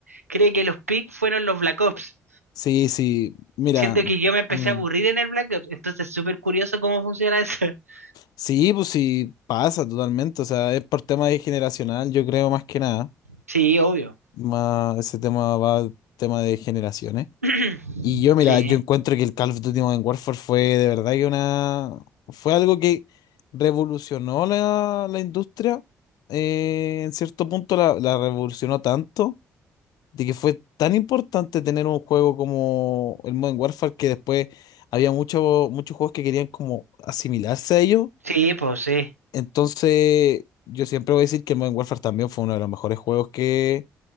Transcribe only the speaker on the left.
Sí, sí, mira,
mm,
sí, pues sí, pasa totalmente, o sea, es por tema de generacional, yo creo más que nada,
más ese tema va tema de generaciones.
Y yo, mira,
yo encuentro que el Call of Duty Modern Warfare fue de verdad que una, fue algo que revolucionó la, la industria, eh, en cierto punto la, la revolucionó tanto de que fue tan importante tener un juego como el Modern Warfare que después había mucho- muchos juegos que querían como asimilarse a ellos.
Entonces, yo siempre voy a decir que el Modern Warfare también fue uno de los mejores juegos que,